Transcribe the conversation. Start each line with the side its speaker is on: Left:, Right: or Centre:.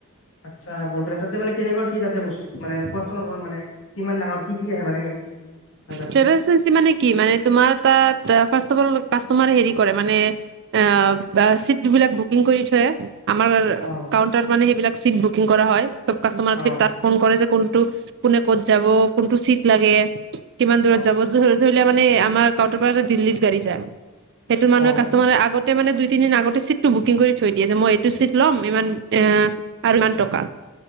Left: আচ্ছা বৰপেটাত তাতে মানে কেনেকুৱা কি তাতে বস্ত মানে কোৱাচোন অকণ মানে কিমান ডাঙৰ কি কি আহে মানে তাতে?
Right: ট্টেভেল এজেন্সি মানে কি মানে তোমাৰ তাত ফাষ্ট ফল তোমাৰ হেৰি কৰে মানে অ', অ', চিটবিলাক বুকিং কৰি থয়, আমাৰ
Left: অ',
Right: কাউন্টাৰ মানে সেইবিলাক চিট বুকিং কৰা হয়। চব কাষ্টমাৰ
Left: অ',
Right: ঠিক তাত ফোন কৰে যে কোন টো, কোনে ক'ত যাব? কোনটো চিট লাগে? কিমান দূৰত
Left: অ',
Right: যাব? দূৰ ধৰিলে মানে আমাৰ কাউণ্টাৰ পৰা দিল্লীত গাড়ী যায়। সেইটোত মানুহে
Left: অ'।
Right: কাষ্টমাৰে আগত তে মানে দুই তিনিদিন আগতে চিটটো বুকিং কৰি থৈ দিয়ে যে মই এইটো চিট লম ইমান এ আৰু ইমান টকা।